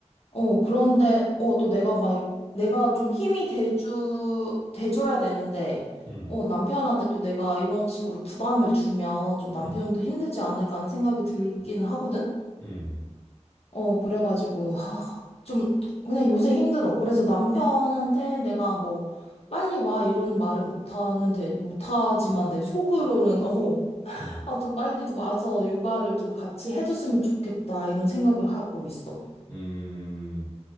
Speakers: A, on the left; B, on the left.
A: 어, 그런데, 어, 또 내가 막, 내가 좀 힘이 돼주, 돼줘야 되는데,
B: 음,
A: 어, 남편한테 또 내가 이런 식으로 부담을 주면 좀 남편도
B: 음,
A: 힘들지 않을까 하는 생각이 들기는 하거든?
B: 음,
A: 어, 그래가지고, 아, 좀, 그냥 요새 힘들어. 그래서 남편한테 내가 뭐, 빨리 와, 이런 말은 못하는, 데, 못하지만 내 속으로는, 어,
B: 음,
A: 아, 좀 빨리 좀 와서 육아를 좀 같이 해줬으면 좋겠다, 이런 생각을 하고 있어.
B: 음,